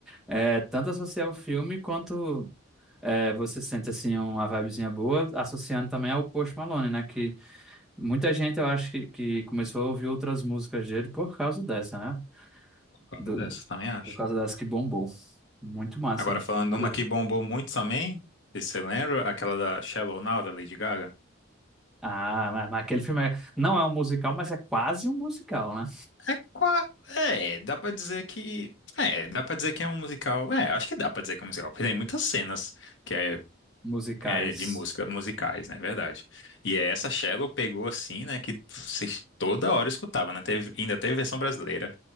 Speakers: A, in the centre; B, on the left (about 60°).
A: É, tanto associar o filme quanto é, você sente assim uma vibezinha boa, associando também ao Post Malone, né? Que muita gente eu acho que, que começou a ouvir outras músicas dele por causa dessa, né?
B: Concordo
A: Do,
B: dessa, também acho.
A: por causa dessa que bombou. Muito massa.
B: Agora falando
A: Adoro.
B: de uma que bombou muito também, não sei se você lembra, aquela da Shallow Now, da Lady Gaga?
A: Ah, mas, mas aquele filme é- não é um musical, mas é quase um musical, né?
B: É, qua- é, dá pra dizer que. É, dá pra dizer que é um musical. É, acho que dá pra dizer que é um musical. Porque tem muitas cenas que é,
A: Musicais.
B: é de música, musicais, né? É Verdade. E é essa Shallow pegou assim, né? Que vocês toda hora escutava, né? Teve, ainda teve versão brasileira.